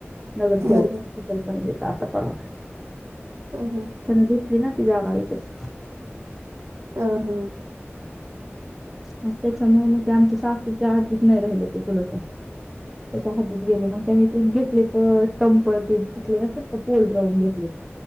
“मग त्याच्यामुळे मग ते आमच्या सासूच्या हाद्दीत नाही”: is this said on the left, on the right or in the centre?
Centre